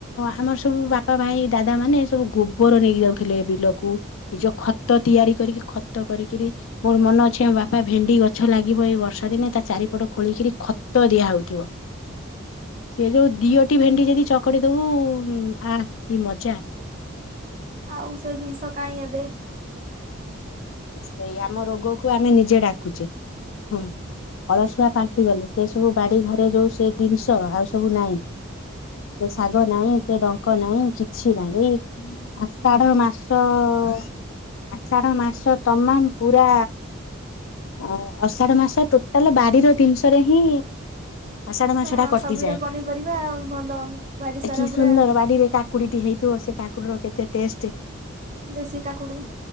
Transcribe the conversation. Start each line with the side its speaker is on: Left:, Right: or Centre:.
Left: ଆମର ସବୁ ବାପା ଭାଇ ଦାଦା ମାନେ ସବୁ ଗୋବର ନେଇକି ଯାଉଥିଲେ ବିଲକୁ, ନିଜ ଖତ ତିଆରି କରିକି ଖତ କରିକିରି ମୋର ମନ ଅଛି ଆମ ବାପା ଭେଣ୍ଡି ଗଛ ଲାଗିବ ଏଇ ବର୍ଷା ଦିନେ ତା ଚାରିପଟ ଖୋଳିକିରି ଖତ ଦିଆ ହଉଥିବ। ସେ ଯୋଉ ଦିଅଟି ଭେଣ୍ଡି ଯଦି ଚକଡ଼ି ଦବୁ ଆହା କି ମଜା!
Right: ଆଉ ସେ ଜିନିଷ କାଇଁ ଏବେ।
Left: ସେଇ ଆମ ରୋଗକୁ ଆମେ ନିଜେ ଡାକୁଚେ। ହୁଁ। ଅଳସୁଆ ପାଲଟି ଗଲେ। ସେ ସବୁ ବାଡି ଘରେ ଯୋଉ ସେ ଜିନିଷ ଆଉ ସବୁ ନାଇଁ। ସେ ଶାଗ ନାଇଁ ସେ ଡଙ୍କ ନାଇଁ କିଛି ନାଇଁ। ଏଇ ଆଷାଢ ମାସ ଅ ଆଷାଢ ମାସ ତମାମ ପୁରା ଅ ଅଷାଢ ମାସ ଟୋଟାଲ ବାଡି ର ଦିନିଷରେ ହିଁ ଆଷାଢ ମାସଟା
Right: ହଁ
Left: କଟିଯାଏ।
Right: ସବୁଜ ପନିପରିବା ଭଲ ବାଡି ସାରା
Left: କି
Right: ପୁରା
Left: ସୁନ୍ଦର ବାଡିରେ କାକୁଡିଟି ହେଇଥିବ ସେ କା କୁଡ଼ିର କେତେ ଟେଷ୍ଟେ।
Right: ଦେଶୀ କାକୁଡି।